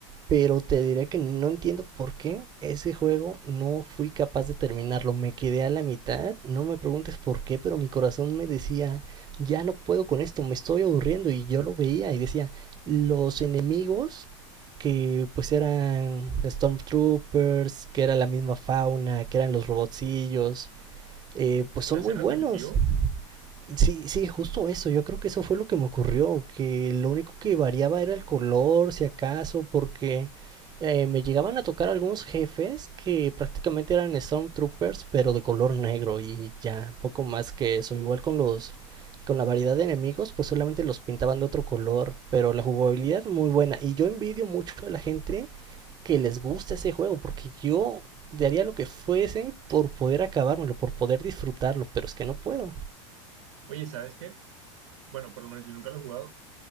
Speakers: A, on the right; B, on the right.
A: Pero te diré que no entiendo por qué ese juego no fui capaz de terminarlo. Me quedé a la mitad, no me preguntes por qué, pero mi corazón me decía, ya no puedo con esto, me estoy aburriendo. Y yo lo veía y decía, los enemigos que pues eran Stormtroopers, que era la misma fauna, que eran los robotcillos, eh, pues son
B: ¿Te hace
A: muy
B: repetitivo?
A: buenos. Sí, sí, justo eso. Yo creo que eso fue lo que me ocurrió, que lo único que variaba era el color, si acaso, porque eh, me llegaban a tocar algunos jefes que prácticamente eran Stormtroopers, pero de color negro y ya, poco más que eso. Igual con los, con la variedad de enemigos, pues solamente los pintaban de otro color, pero la jugabilidad muy buena. Y yo envidio mucho a la gente que les gusta ese juego, porque yo daría lo que fuese por poder acabármelo, por poder disfrutarlo, pero es que no puedo.
B: Oye, ¿sabes qué? Bueno, por lo menos yo nunca lo he jugado